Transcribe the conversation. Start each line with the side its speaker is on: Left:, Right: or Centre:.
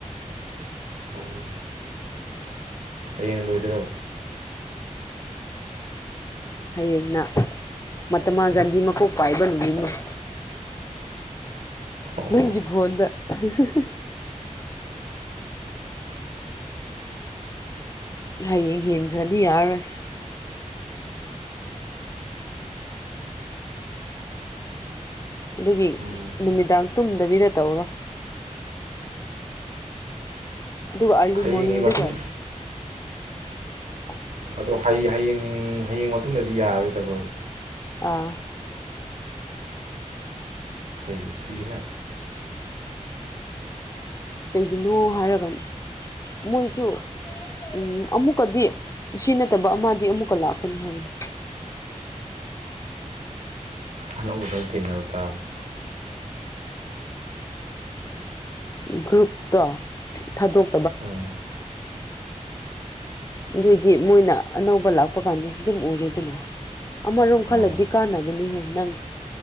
Right: ꯑꯣ ꯍꯌꯦꯡ ꯂꯣꯏꯗꯣꯏꯔꯕ
Left: ꯍꯌꯦꯡꯅ ꯃꯍꯥꯇꯃꯥ ꯒꯥꯟꯙꯤ ꯃꯀꯣꯛ ꯄꯥꯏꯕ ꯅꯨꯃꯤꯠꯅꯤ <unintelligible>
Right: ꯑꯣ
Left: ꯅꯪꯒꯤ ꯐꯣꯟꯗ <unintelligible> ꯍꯌꯦꯡ ꯍꯦꯟꯈ꯭ꯔꯗꯤ ꯌꯥꯔꯔꯣꯏ ꯑꯗꯨꯒꯤ
Right: ꯎꯝ
Left: ꯅꯨꯃꯤꯗꯥꯡ ꯇꯨꯝꯗꯕꯤꯗ ꯇꯧꯔꯣ ꯑꯗꯨꯒ ꯑꯥꯔꯂꯤ
Right: ꯍꯌꯦꯡꯒꯤ
Left: ꯃꯣꯔꯅꯤꯡꯗꯒ
Right: ꯃꯇꯨꯡ
Left: <inaudible>
Right: ꯑꯗꯣ ꯍꯌꯦꯡ ꯍꯌꯦꯡ ꯃꯇꯨꯡꯗꯗꯤ ꯌꯥꯔꯔꯣꯏꯗꯕ꯭ꯔꯕ
Left: ꯑꯥ
Right: ꯀꯩꯒꯤ ꯊꯨꯏꯍꯦ
Left: ꯀꯩꯒꯤꯅꯣ ꯍꯥꯏꯔꯒ ꯃꯣꯏꯁꯨ ꯎꯝ ꯑꯃꯨꯛꯀꯗꯤ ꯁꯤ ꯅꯠꯇꯕ ꯑꯃꯗꯤ ꯑꯃꯨꯛꯀ ꯂꯥꯛꯀꯅꯤ ꯍꯥꯏꯕꯅꯤ
Right: ꯑꯅꯧꯕꯗ ꯑꯃꯨꯛ ꯊꯦꯡꯅꯕ ꯇꯥꯕꯅꯤ
Left: ꯎꯝ ꯒꯔ꯭ꯨꯞꯇꯣ ꯊꯥꯗꯣꯛ
Right: ꯎꯝ
Left: ꯑꯗꯨꯑꯣꯏꯗꯤ ꯃꯣꯏꯅ ꯑꯅꯧꯕ ꯂꯥꯛꯄ ꯀꯥꯟꯗꯁꯨ ꯑꯗꯨꯝ ꯎꯔꯦꯗꯅ ꯑꯃꯔꯣꯝ ꯈꯜꯂꯗꯤ
Right: ꯑꯥ
Left: ꯀꯥꯟꯅꯕꯅꯤꯍꯦ ꯅꯪ